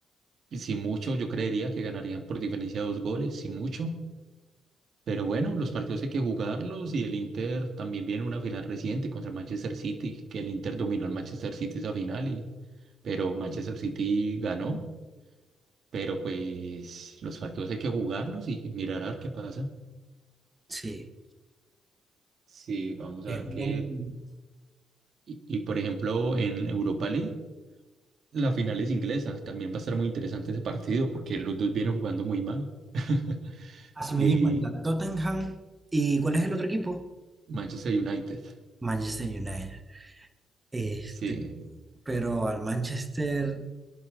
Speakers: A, on the right (about 55°); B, on the right (about 20°).
A: si mucho, yo creería que ganarían por diferencia de dos goles, si mucho. Pero bueno, los partidos hay que jugarlos y el Inter también viene una final reciente contra el Manchester City, que el Inter dominó al Manchester City esa final, y, pero Manchester City ganó. Pero pues los partidos hay que jugarlos y mirar a ver qué pasa.
B: Sí,
A: Sí, vamos
B: es
A: a ver
B: un-
A: qué. Y, y, por ejemplo, en Europa League, la final es inglesa. También va a estar muy interesante ese partido porque los dos vienen jugando muy mal. <laughs>
B: así
A: Y
B: me di cuenta, Tottenham. ¿Y cuál es el otro equipo?
A: Manchester United.
B: Manchester United. Este,
A: Sí,
B: pero al Manchester,